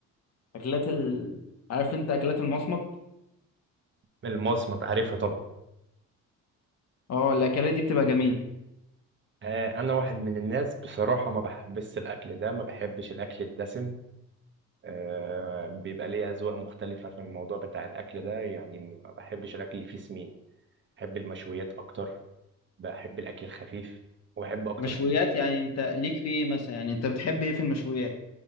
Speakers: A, on the left (about 55°); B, on the right (about 35°).
A: الاكلات ال... عارف انت اكلات المصمت
B: المصمت عارفها طبعا
A: اه الاكلات دي بتبقى جميلة
B: آه، أنا واحد من الناس بصراحة ما بحبش الأكل ده ما بحبش الأكل الدسم آه، بيبقى ليه أذواق مختلفة في الموضوع بتاع الأكل ده يعني ما بحبش الأكل اللي فيه سمين بحب المشويات اكتر بحب الاكل الخفيف وبحب اكتر
A: مشويات يعني انت ليك في ايه مثلا يعني انت بتحب ايه في المشويات